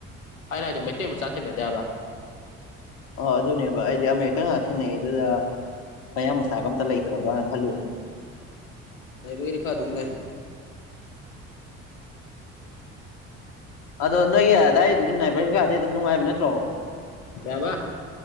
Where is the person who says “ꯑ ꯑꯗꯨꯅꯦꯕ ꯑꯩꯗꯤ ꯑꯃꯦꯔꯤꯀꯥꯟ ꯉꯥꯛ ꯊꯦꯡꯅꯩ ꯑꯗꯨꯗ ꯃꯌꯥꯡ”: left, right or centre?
Left